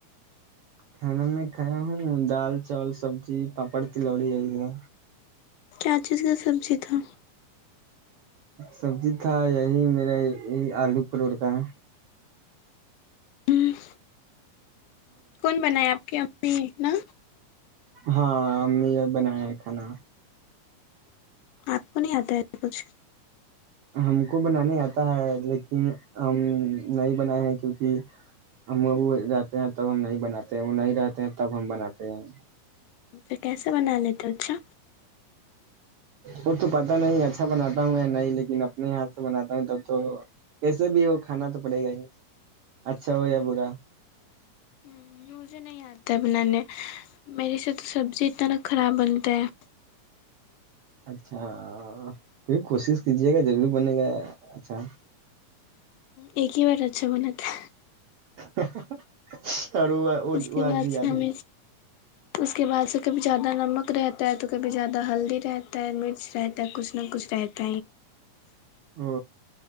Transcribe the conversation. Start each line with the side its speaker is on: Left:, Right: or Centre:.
Right: کھانا میں کھایا ہوں دال چاول سبزی پاپڑ تلوڑییرح
Left: کیا چیز کا سبزی تھا
Right: سبزی تھا یہی میرا یہی آلو پرٹور کا ہے
Left: ہوں <unintelligible> کون بنایا آپ کی امی نا
Right: ہاں امی نے بنایا ہے کھانا
Left: آپ کو نہیں آتا ہے کچھ
Right: ہم کو بنانے آتا ہے لیکن ہم نہیں بنائے ہیں کیونکہ ہم رہتے ہیں تب ہم نہیں بناتے ہیں وہ نہیں رہتے ہیں تب ہم بناتے ہیں
Left: اچھا کیسے بنا لیتے اچھا
Right: وہ تو پتا نہیں اچھا بناتا ہوں یا نہیں لیکن اپنے ہاتھ سے بناتا ہوں تب تو کیسے بھی ہو کھانا تو پڑے گا ہی اچھا ہو یا
Left: ہ
Right: برا
Left: ہ مجھے نہیں آتا بنانے میرے سے تو سبزی اتنا ن خراب بنتا ہے
Right: اچھا کیکہ کوشش کیجیے گا ضروری بنے گا اچھا
Left: ایک ہی بار اچا من تھا
Right: <unintelligible> وہ
Left: اس
Right: وہ
Left: کے
Right: آج
Left: بعد
Right: بھی یاد
Left: سے ہمیں
Right: ہے
Left: اس کے بعد سے کبھی زیادہ نمک رہتا ہے تو کبھی زیادہ ہلدی رہتا ہے مرچ رہتا ا کچھ نہ کچھ رہ ت
Right: او